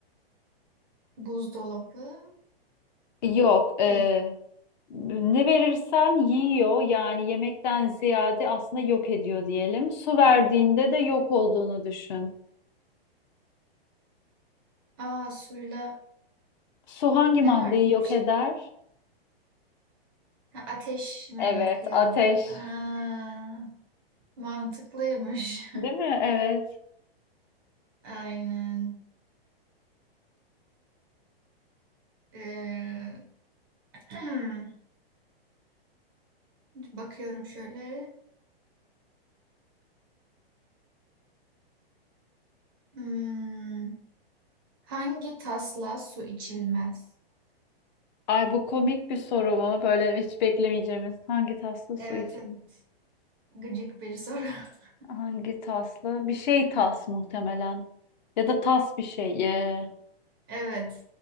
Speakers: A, on the right; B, on the left.
A: Buzdolabı
B: Yok, E,
A: değil.
B: Ne verirsen yiyor yani yemekten ziyade aslında yok ediyor diyelim. Su verdiğinde de yok olduğunu düşün.
A: Aa suyla
B: Su hangi
A: Ne
B: maddeyi
A: vardı bir
B: yok
A: şey?
B: eder?
A: Ha, ateş mi
B: Evet,
A: yakıyor?
B: ateş.
A: Aa, mantıklıymış.
B: Değil mi? Evet.
A: <laughs> Aynen. Ee, <clears throat> bakıyorum şöyle. Hmm, hangi tasla su içilmez?
B: Ay bu komik bir soru mu? Böyle hiç beklemeyeceğimiz. Hangi taslı su
A: Evet,
B: için?
A: evet. Gıcık bir soru. <laughs>
B: Hangi taslı? Bir şey tas muhtemelen. Ya da tas bir şey. Ee,
A: Evet.